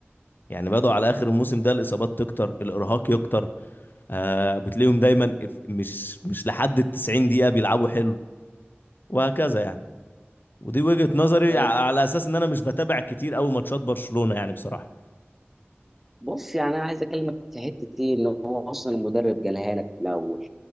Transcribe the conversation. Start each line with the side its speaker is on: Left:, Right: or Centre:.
Left: يعني بدأوا على آخر الموسم ده الإصابات تكتر الإرهاق يكتر آه بتلاقيهم دايما إف- مش مش لحد التسعين دقيقة بيلعبوا حلو وهكذا يعني ودي وجهة نظري
Centre: أه،
Left: ع- على أساس إن أنا مش بتابع كتير أوي ماتشات برشلونة يعني بصراحة
Centre: بص يعني انا عايز اكلمك في حته ايه ان هو اصلا المدرب جالها لك في الاول